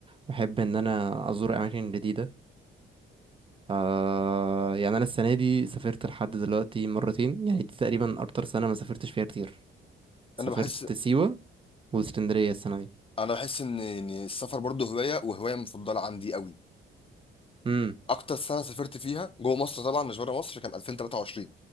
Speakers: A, on the right; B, on the left.
A: بحب ان انا ازور اماكن جديده آه يعني انا السنه دي سافرت لحد دلوقتي مرتين يعني دي تقريبا اكتر سنه ما سافرتش فيها كتير سافرت
B: أنا بحس
A: سيوه واسكندريه السنه دي
B: أنا بحس إن إن السفر برضه هواية وهواية مفضلة عندي قوي
A: امم
B: أكتر سنة سافرت فيها جوه مصر طبعا مش بره مصر كان 2023